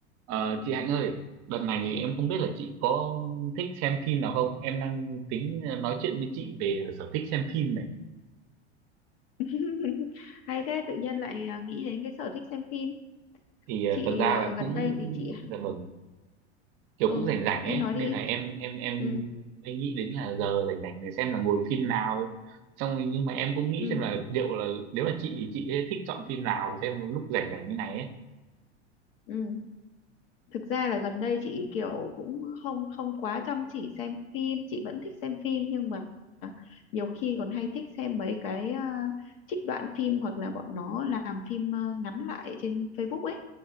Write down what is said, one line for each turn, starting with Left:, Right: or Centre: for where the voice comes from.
Right: Ờ, chị Hạnh ơi, đợt này thì em không biết là chị có thích xem phim nào không? Em đang tính ờ, nói chuyện với chị về sở thích xem phim này.
Left: <laughs> hay thế tự nhiên lại à, nghĩ đến cái sở thích xem phim
Right: Thì ờ,
Left: chị
Right: thật ra
Left: à,
Right: là
Left: gần
Right: cũng
Left: đây thì chị à,
Right: dạ vâng, kiểu
Left: ừ
Right: cũng rảnh rảnh
Left: em
Right: ấy,
Left: nói
Right: nên
Left: đi
Right: là em em em
Left: ừ
Right: mới nghĩ đến là giờ rảnh rảnh để xem là ngồi phim nào. Xong rồi nhưng mà em cũng nghĩ
Left: ừ
Right: xem là liệu là nếu là chị thì chị sẽ thích chọn phim nào xem lúc rảnh rảnh như này ấy.
Left: ừ thực ra là gần đây chị kiểu cũng không không quá chăm chỉ xem phim chị vẫn thích xem phim nhưng mà nhiều khi còn hay thích xem mấy cái à, trích đoạn phim hoặc là bọn nó làm phim à, ngắn lại trên Facebook ấy